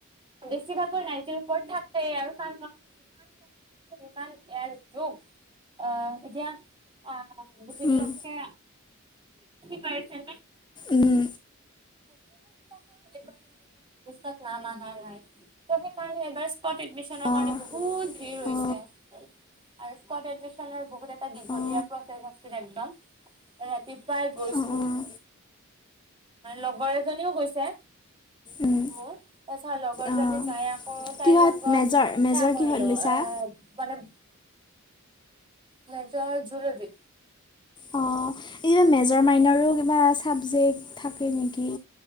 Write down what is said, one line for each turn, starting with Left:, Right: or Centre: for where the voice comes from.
Right: বেছিভাগ নাইটিৰ ওপৰত থাকে আৰু তাৰ ইমান কম্পিউটাৰ, মোবাইল ইায়াৰ যোগ অ এতিয়া অ‌ যিবিলাকে
Left: উম
Right: পাইছৈ
Left: উম
Right: সেইবিলাকও এইবাৰ লিষ্টত নাম অহা নাই সেইকাৰণে এবাৰ তাত এডমিশনৰ
Left: অঁ
Right: কাৰণে বহুত ভিৰ হৈছে
Left: অঁ
Right: আৰু এডমিচনৰ সেইফালে বহুত এটা দীঘলীয়া
Left: অঁ
Right: প্ৰচেছ আছিল একদম ৰাতিপুৱাই গৈছো
Left: অঁ অঁ
Right: লগৰ এজনীও গৈছে
Left: উম
Right: হম এছ আৰ লগৰ
Left: অঁ
Right: জনি যায় আৰু তাইৰ
Left: কিহত
Right: লগত
Left: মেজৰ মেজৰ
Right: সেয়া কৰিলো
Left: কিহত লৈছা
Right: এ মানে মেজৰ জুগাফি
Left: অঁ এই মেজৰ মাইনৰো কিবা চাবজেক্ট থাকে নেকি